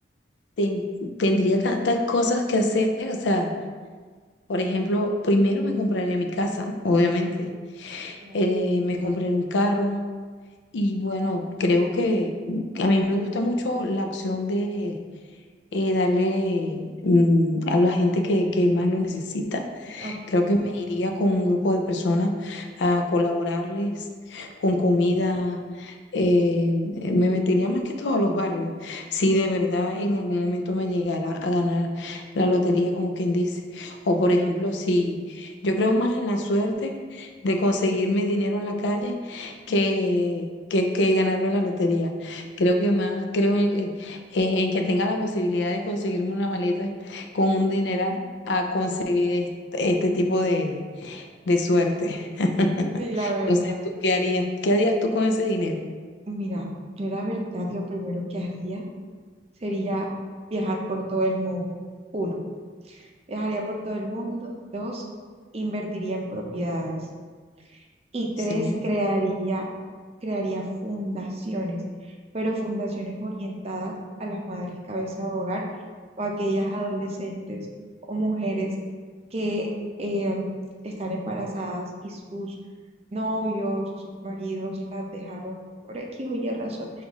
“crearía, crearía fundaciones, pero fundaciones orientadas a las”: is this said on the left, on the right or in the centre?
Right